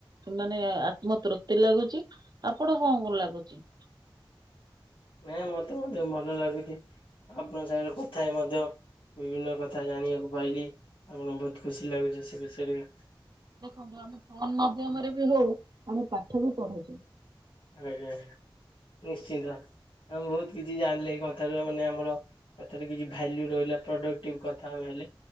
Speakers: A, on the right (about 50°); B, on the left (about 75°).
A: ମାନେ ଆତ୍ମ ତୃପ୍ତି ଲାଗୁଛି, ଆପଣ କଣ କଣ ଲାଗୁଛି?
B: ନାଇଁ ମତେ ମଧ୍ୟ ଭଲ ଲାଗୁଛି, ଆପଣଙ୍କ ସାଙ୍ଗରେ କଥା ହେଇ ମଧ୍ୟ ବିଭିନ୍ନ କଥା ଜାଣିବାକୁ ପାଇଲି, ଆପଣଙ୍କୁ ବହୁତ ଖୁସି ଲାଗୁଛି ସେ ବିଷୟରେ ବି।
A: ଦେଖନ୍ତୁ ଆମେ ଫୋନ୍ ମାଧ୍ୟମରେ ବି ହଉ ଆମେ ପାଠବି ପଢ଼ଉଛୁ।
B: ଆଜ୍ଞା ନିଶ୍ଚିନ୍ତ ଆମେ ବହୁତ କିଛି ଜାଣିଲେ ଏ କଥାରୁ ମାନେ ଆମର କଥାରେ କିଛି ଭ୍ୟାଲ୍ୟୁ ରହିଲା ପ୍ରଡକ୍ଟିଭ୍ କଥା ଆଉ ହେଲେ,